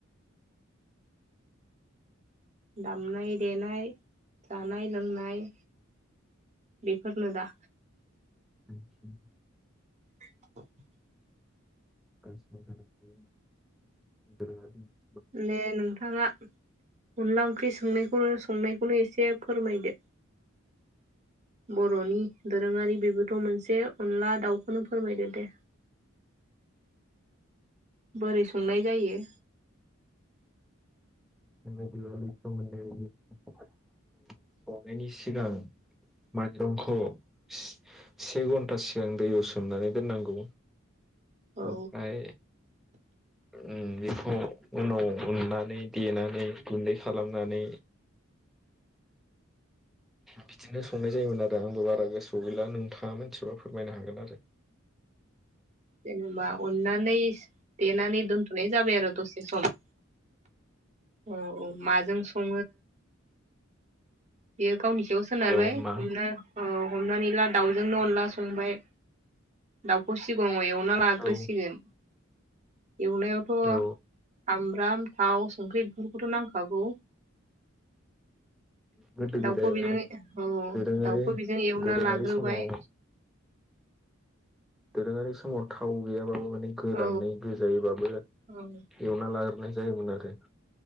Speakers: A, on the right; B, in the centre.
A: दामनाय देनाय जानाय लोंनाय बेफोरनो दा
B: आस <inaudible>
A: <inaudible>
B: <unintelligible>
A: दे नोंथाङा अनला ओंख्रि संनायखौनो संनायखौनो एसे फोरमायदो बर'नि दोरोङारि बेबोथ' मोनसे अनला दाउखौनो फोरमायदो दे बोरै संनाय जायो
B: <unintelligible> संनायनि सिगां माइरंखौ से घन्टा सिगां दैयाव सोमनानै दोननांगौ।
A: औ
B: ओमफ्राय ओम बेखौ उनाव उननानै देनानै गुन्दै खालामनानै बिदिनो संनाय जायोमोन आरो आंबो बारा गोसो थ' गैला नोंथाङा मिथिबा फोरमायनो हागोन आरो
A: जेनेबा उन्नानै देनानै दोनथनाय जाबाय आरो दसे सम औ औ माजों सङो बे गावनि सायाव सोनारबाय
B: औ मा
A: हमना औ। हमनानै ला दाउजोंनो अनला संबाय। दाउखौ सिगाङाव एवना लाग्रोसिगोन।
B: औ
A: एवनायावथ' साम
B: औ
A: राम थाव संख्रि। नांखागौ।
B: गोदो गोदाय
A: दाउखौ
B: माने
A: बिदिनो औ
B: दोरोङारि
A: दाउखौ बेजों एवना
B: दोरोङारि
A: लाग्रोबाय
B: समाव दोरोङारि समाव थाव गैयाबाबो गोरानै
A: औ
B: गोजायोबाबबो
A: औ
B: एवना लाग्रोनाय जाय मोनाखै